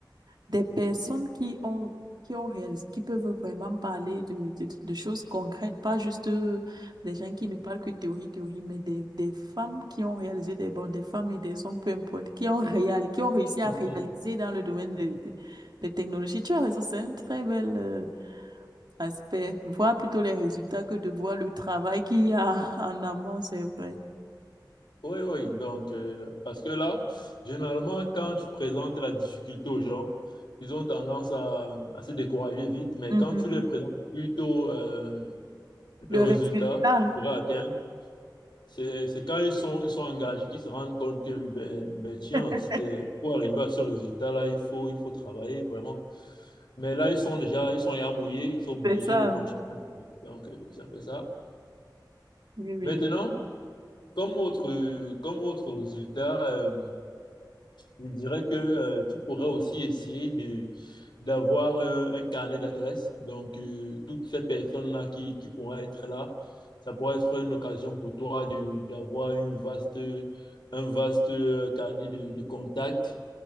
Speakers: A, on the right; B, on the left.
A: des personnes qui ont, qui ont réalisé, qui peuvent vraiment parler de, de, de choses concrètes, pas juste euh, des gens qui ne parlent que théorie, théorie, mais des, des femmes qui ont réalisé des bons, des femmes et des hommes, peu importe, qui ont réalisé, qui ont réussi à
B: <laughs>
A: réaliser dans le domaine de- de- des technologies. Tu as raison, c'est un très bel, euh, aspect, voir plutôt les résultats que de voir le travail qu'il y a <laughs> en amont, c'est vrai.
B: Oui, oui, donc, euh, parce que là, généralement, quand tu présentes la difficulté aux gens, ils ont tendance à, à se décourager vite, mais
A: Mhm.
B: quand tu leur présentes plutôt euh, le
A: Le
B: résultat
A: résultat,
B: qu'ils pourraient atteindre, c'est, c'est quand ils sont, ils sont engagés qu'ils se rendent compte que, ben, ben, tiens,
A: <laughs>
B: c'est, pour arriver à ce résultat-là, il faut, il faut travailler vraiment. Mais là, ils sont déjà, ils sont ya mouillés, ils sont obligés
A: c'est ça.
B: de continuer. Donc, euh, c'est un peu ça.
A: Oui, oui.
B: Maintenant, comme autre, comme autre résultat, euh, Je dirais que euh, tu pourrais aussi essayer de d'avoir euh, un carnet d'adresses. Donc, euh, toutes ces personnes-là qui, qui pourraient être là, ça pourrait être une occasion pour toi de d'avoir une vaste, un vaste euh, carnet de, de contacts